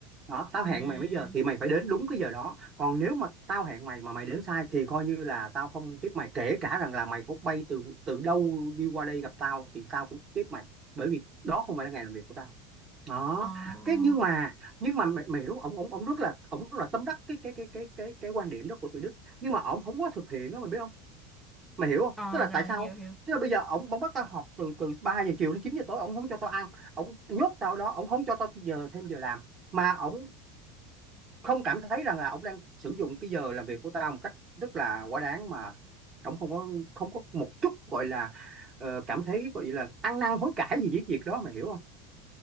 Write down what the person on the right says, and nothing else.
đó tao
hẹn mày mấy giờ thì mày phải đến đúng cái giờ đó còn nếu mà tao hẹn mày mà mày đến sai thì coi như là tao không tiếp mày kể cả rằng là mày có bay từ từ đâu đi qua đây gặp tao thì tao cũng tiếp mày bởi vì đó không phải là ngày làm việc của tao đó
cái nhưng mà nhưng mà mày, mày hiểu ổng ổng ổng rất là ổng rất là tâm đắc cái cái cái cái cái cái quan điểm đó của tụi Đức nhưng mà ổng không có thực hiện đó mày biết không mày hiểu không
tức là
tại sao
tức là bây giờ ổng ổng bắt tao họp từ từ 3 giờ chiều đến 9 giờ tối ổng không cho tao ăn ổng nhốt tao đó ổng không cho tao giờ thêm giờ làm mà ổng không cảm thấy rằng là ông đang sử dụng cái giờ làm việc của tao một cách rất là quá đáng mà ông không có không có một chút gọi là ờ, cảm thấy gọi là ăn năn hối cải gì với việc đó mày hiểu không